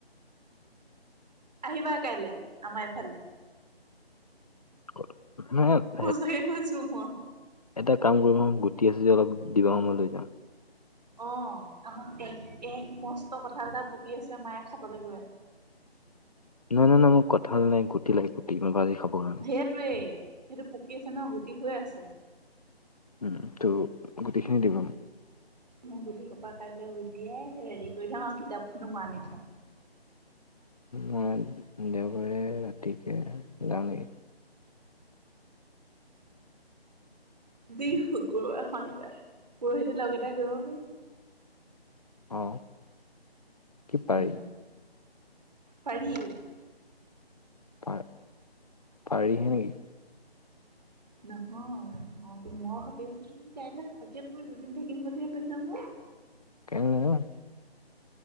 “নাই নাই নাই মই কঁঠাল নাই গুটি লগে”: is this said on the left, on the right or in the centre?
Left